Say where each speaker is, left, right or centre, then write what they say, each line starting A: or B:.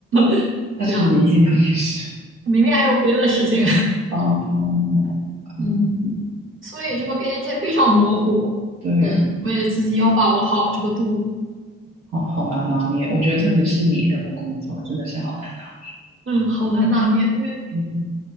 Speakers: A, on the right (about 45°); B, on the right (about 70°).
A: <laughs>
B: 但是明天又没事。
A: 这样子，明天还有别的事情，
B: 哦，
A: <laughs> 嗯，
B: 嗯，
A: 所以这个边界非常模糊，
B: 对。
A: 嗯，我也自己要把握好这个度，
B: 好好难拿捏。我觉得特别是你那个工作真的是好难拿。
A: 嗯，好难拿捏，对，
B: 嗯，嗯